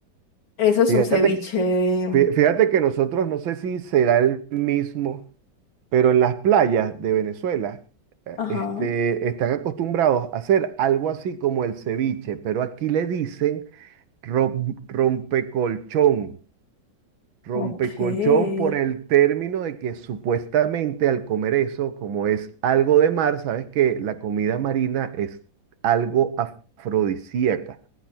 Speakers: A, on the left (about 80°); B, on the right (about 85°).
A: Eso es
B: Fíjate
A: un ceviche de...
B: Fí- Fíjate que nosotros, no sé si será el mismo, pero en las playas de Venezuela, eh,
A: Ajá,
B: este, están acostumbrados a hacer algo así como el ceviche, pero aquí le dicen rom- rompecolchón. Rompecolchón
A: ok. eh,
B: por el término de que supuestamente al comer eso, como es algo de mar, sabes que la comida marina es algo afrodisíaca.